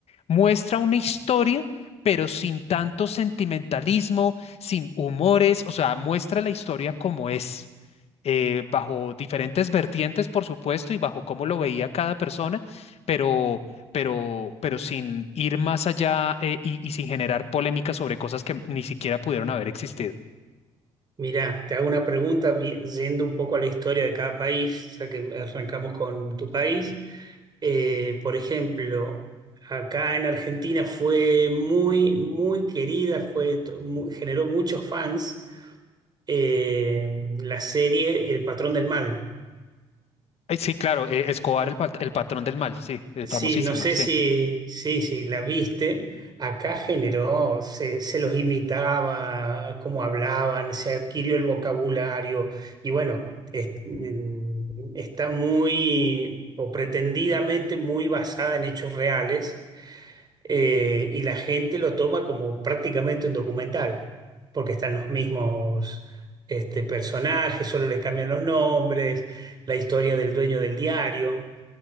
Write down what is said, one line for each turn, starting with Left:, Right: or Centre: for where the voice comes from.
Left: muestra una historia, pero sin tanto sentimentalismo, sin humores, o sea, muestra la historia como es eh, bajo diferentes vertientes, por supuesto, y bajo cómo lo veía cada persona, pero, pero, pero sin ir más allá eh, y, y sin generar polémica sobre cosas que ni siquiera pudieron haber existido.
Right: Mirá, te hago una pregunta vi- yendo un poco a la historia de cada país, ya que arrancamos con tu país. Eh, por ejemplo, acá en Argentina fue muy, muy querida, fue, to- mu- generó muchos fans eh, la serie El Patrón del Mal.
Left: Eh, Sí, claro, eh, Escobar, el, pat- el patrón del mal, sí, eh,
Right: Sí,
Left: famosísima,
Right: no sé
Left: sí.
Right: si, sí, sí, la viste. Acá generó, se, se los imitaba, cómo hablaban, se adquirió el vocabulario y bueno, es- en- está muy o pretendidamente muy basada en hechos reales eh, y la gente lo toma como prácticamente un documental, porque están los mismos este, personajes, solo les cambian los nombres, la historia del dueño del diario.